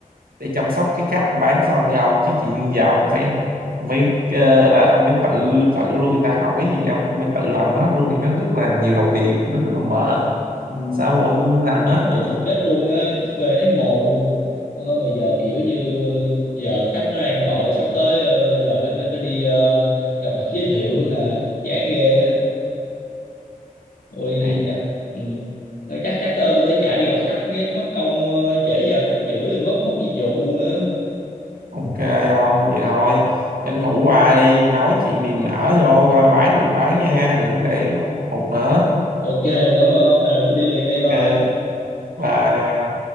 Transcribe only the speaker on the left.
ừ,
à,
à,
chết luôn á phê thấy mồ luôn ờ, mà giờ kiểu như giờ khách nó đang gọi sắp tới ờ, giờ phải phải phải đi ờ, gặp mặt giới thiệu nữa nè chán ghê á ôi
chắc ừ. Thôi chắc chắc ờ, tôi phải chạy đi gặp khách cái chứ mất công ờ, trễ giờ khách chửi rồi mất mất gì vụ nữa
ok rồi cảm ơn ông nào tôi đi liền đây bye